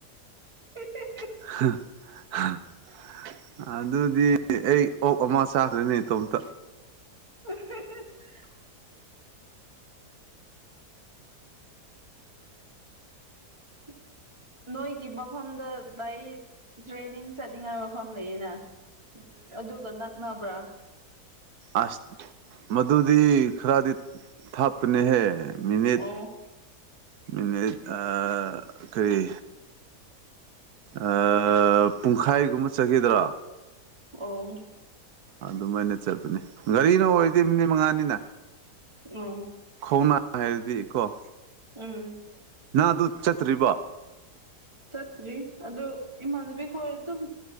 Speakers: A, on the right; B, on the right.
A: <unintelligible>
B: <unintelligible> ꯑꯗꯨꯗꯤ ꯑꯩ ꯑꯣꯛ ꯑꯃ ꯆꯥꯈ꯭ꯔꯅꯤ ꯏꯇꯣꯝꯇ
A: <unintelligible> <inaudible> ꯅꯣꯏꯒꯤ ꯃꯐꯝꯗ ꯗꯥꯏꯠ ꯇ꯭ꯔꯦꯟꯅꯤꯡ ꯆꯠꯅꯤꯡꯉꯥꯏ ꯃꯐꯝ ꯂꯩꯌꯦꯅ ꯑꯗꯨꯒ ꯅꯛꯅꯕ꯭ꯔ
B: ꯑꯥꯁ ꯃꯗꯨꯗꯤ ꯈꯔꯗꯤ ꯊꯥꯞꯄꯅꯤꯍꯦ ꯃꯤꯅꯤꯠ
A: ꯑꯣ
B: ꯃꯤꯅꯤꯠ ꯑ ꯀꯔꯤ ꯑ ꯄꯨꯡꯈꯥꯏꯒꯨꯝꯕ ꯆꯠꯈꯤꯗ꯭ꯔꯣ
A: ꯑꯣ
B: ꯑꯗꯨꯝꯃꯥꯏꯅ ꯆꯠꯄꯅꯦ ꯒꯥꯔꯤꯗ ꯑꯣꯏꯔꯗꯤ ꯃꯤꯅꯤꯠ ꯃꯉꯥꯅꯤꯅ
A: ꯎꯝ
B: <unintelligible> ꯍꯥꯏꯔꯗꯤ ꯀꫭ
A: ꯎꯝ
B: ꯅꯪ ꯑꯗꯨ ꯆꯠꯇ꯭ꯔꯤꯕꯣ
A: ꯆꯠꯇ꯭ꯔꯤ ꯑꯗꯨ ꯏꯃꯥꯟꯅꯕꯤ ꯍꯣꯏ ꯑꯗꯨꯝ